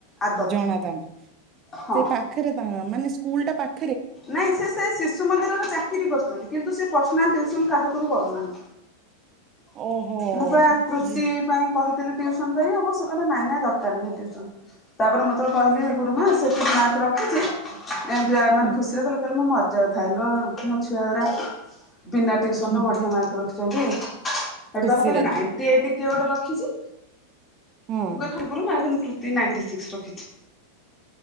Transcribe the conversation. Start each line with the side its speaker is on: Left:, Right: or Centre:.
Left: ଆଦତ।
Right: ଜଣା ତାଙ୍କୁ
Left: ହଁ
Right: ସେ ପାଖରେ ତାଙ୍କ ମାନେ ସ୍କୁଲ ଟା ପାଖ
Left: ନାଇଁ ସେ ସେ ଶିଶୁ ମନ୍ଦିରର ଚାକିରି କରୁଚନ୍ତି। କିନ୍ତୁ ସେ ପର୍ସନାଲୁସନ କାହାକୁ ବି କରୁନାହିଁ।
Right: ଓହୋ
Left: ମୁଁ ପ୍ରାୟ କୃତି
Right: ଜି
Left: ପାଇଁ କହିଥିଲି। ଟିଉସନ୍ କରିବାକୁ କିଲ ନାଇଁ ନାଇଁ ଦରକାରନି ଟିଉସନ୍, ତାପରେ ମୁଁ ଯେତେବେଳେ କହିଲି ଗୁରୁମା ସେ ଏତିକି ମାର୍କ ରଖ୍ ଏମତିଆ
Right: ହୁଁ
Left: ମାନେ ଖୁସିରେ କହିଲେ କଲେ ମୁ ମରିଯାଉ ଥାଏ ଲୋ, ମୋ ଛୁଆା ଗୁଡା ବିନା ଟୁସନ
Right: ହୁଁ
Left: ବଢିଆ ମାର୍କ ଠ
Right: ଖୁସିରେ
Left: ତମ କହିଲେ ନାଇ ଏ କିଏ ଗୋଟେ ରଖିଛି
Right: ହଁ।
Left: ମୁ କହିଲି ହର ଗୁରୁ ନାଗେନ୍ଦ୍ର କୃତି ନାଇଣ୍ଟି ସିକ୍ସ ରଖିଚି।